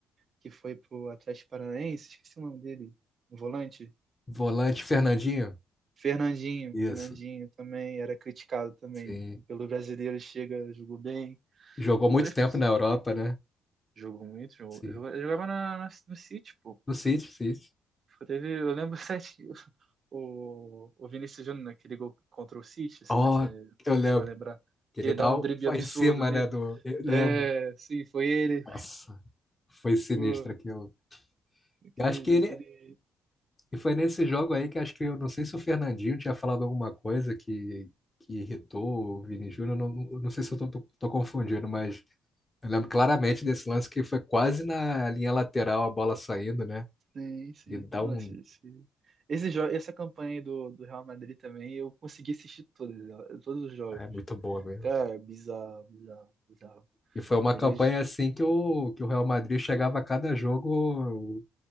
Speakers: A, on the right (about 50°); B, on the left (about 20°).
A: que foi pro Atlético Paranaense, esqueci o nome dele, o volante.
B: Volante Fernandinho,
A: Fernandinho,
B: isso.
A: Fernandinho também era criticado também
B: Sim.
A: pelo brasileiro, chega, jogou bem.
B: Jogou
A: E
B: muito
A: várias
B: tempo
A: pessoas
B: na Europa, né?
A: jogou muito, jogou,
B: Sim.
A: jogava, jogava na, na- no City, pô.
B: No City, City.
A: Teve, eu lembro sete, <laughs> o, o Vinícius Júnior naquele gol contra o City, se,
B: Oh,
A: né, se,
B: eu
A: se
B: lembro
A: você vai lembrar,
B: Que
A: que
B: ele
A: ele
B: dá
A: dá um
B: o,
A: drible
B: Foi
A: absurdo
B: em cima,
A: nele.
B: né, do... Eu lembro.
A: É, sim, foi ele.
B: Nossa, foi sinistro
A: Pô,
B: aquilo.
A: aquele,
B: Eu acho que
A: jogo
B: ele...
A: aquele
B: E foi nesse jogo aí que acho que eu não sei se o Fernandinho tinha falado alguma coisa que, que irritou o Vini Júnior. Não, não sei se eu tô, tô, tô confundindo, mas eu lembro claramente desse lance que foi quase na linha lateral a bola saindo, né?
A: Sim, sim.
B: Ele dá
A: Nossa,
B: um.
A: esse, esse, jo- essa campanha aí do, do Real Madrid também, eu consegui assistir todas, ela- todos os jogos.
B: Ah, é muito boa mesmo.
A: Cara,
B: cara.
A: bizarro, bizarro, bizarro.
B: E foi uma
A: Eles.
B: campanha assim que o, que o Real Madrid chegava a cada jogo